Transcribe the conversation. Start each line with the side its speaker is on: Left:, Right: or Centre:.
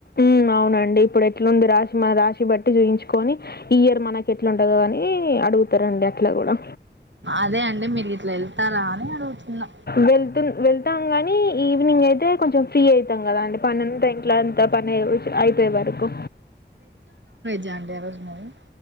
Left: మ్మ్ అవునండి ఇప్పుడు ఎట్లుంది రాశి మన రాశి బట్టి చూయించుకొని ఈ ఇయర్ మనకి ఎట్లుంటదో అని అడుగుతు రండి అట్లా కూడా
Right: అదే అండి మీరు ఇట్లా వెళ్తారా అని అడుగుతున్నా
Left: వెళ్తున్ వెళ్తాం గానీ ఈవినింగ్ అయితే కొంచం ఫ్రీ అయితాం కదా అండి పనంత అయి ఇంట్లా అంత పని అయి అయిపోయే వరకు
Right: జండే ఆ రోజు గాదు